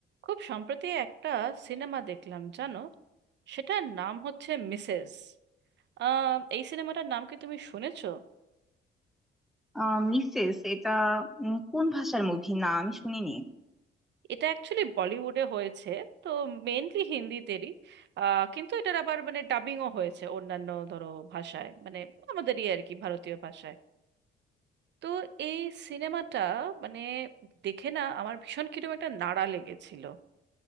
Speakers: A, on the right; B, in the centre.
A: খুব সম্প্রতি একটা সিনেমা দেখলাম জানো সেটার নাম হচ্ছে মিসেস আহ, এই সিনেমাটার নাম কি তুমি শুনেছো
B: আহ Mrs এটা উম, কোন ভাষার মুভি না আমি শুনিনি
A: এটা অ্যাকচুয়ালি বলিউডে হয়েছে তো মেনলি হিন্দিতেরই আহ, কিন্তু এটার আবার মানে ডাবিংও হয়েছে অন্যান্য ধরো ভাষায় মানে আমাদেরই আর কি ভারতীয় ভাষায় তো এই সিনেমাটা মানে দেখে না আমার ভীষণ কিরকম একটা নাড়া লেগেছিল